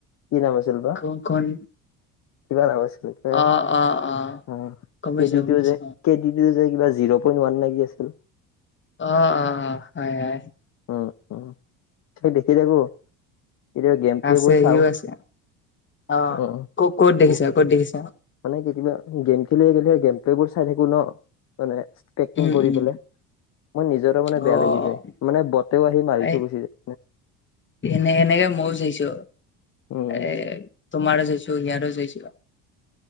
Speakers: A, on the left; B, on the left.
A: কি নাম আছিল বা?
B: কোন কোন
A: কিবা নাম আছিল। <unintelligible>
B: অ অ অ
A: উম
B: গম
A: খেদিটো
B: পাইছো গম পাইছো
A: যে-
B: অ
A: কেদি টো যে কিবা জিৰ পইট ওৱান লাগি আছিল।
B: অ -অ অ হয়- হয়।
A: উম -উম তাকে দেখি থাকো। কেতিয়াবা গেম প্লে
B: আছে
A: বোৰ চাওঁ
B: সিও আছে। অ
A: উম
B: ক'- ক'ত দেখিছা
A: বহুত
B: ক'ত দেখিছা?
A: মানে কেতিয়া গেম খেলি -খেলি গেমটো চাই থাকো ন মানে- পেকটিং
B: উম,
A: কৰি
B: উম
A: পেলাই মই নিজৰ মানে
B: অ',
A: বেয়া লাগি যায় মানে বটেও আহি মাৰি
B: এই
A: থৈ গুচি যায়।
B: এনে এনেকে মইও চাইছো
A: উম
B: এ তোমাৰো চাইছো ইয়াৰো চাইছো।